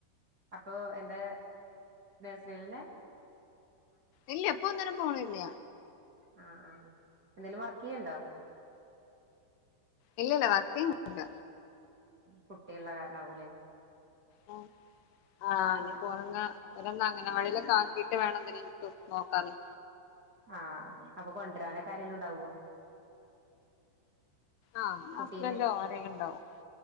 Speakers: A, on the right; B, on the left.
A: അപ്പൊ എന്താ നേഴ്സറിലന്നെ
B: ഇല്ല ഇപ്പൊ ഒന്നിനും പോണില്ല
A: ആഹ് ആ എന്തേലും വർക്കെയ്യ്ണ്ടോ
B: ഇല്ലില്ല വർക്കി ല്ല
A: കുട്ടികള്ള കാരണാവൂല്ലേ
B: ആ ആഹ്
A: ആ
B: നീ പോണങ്ങ ഓരൊന്ന് അങ്കണവാടീലൊക്കാക്കീട്ട് വേണം ഒന്നിനെ എനിക്ക് നോക്കാതെ
A: ആഹ് അപ്പൊ കൊണ്ടരാനൊക്കെ ആരേലും ഉണ്ടാവോ
B: ആഹ്
A: കുട്ടീനെ
B: ഹസ്ബൻഡോ ആരേലിണ്ടാവും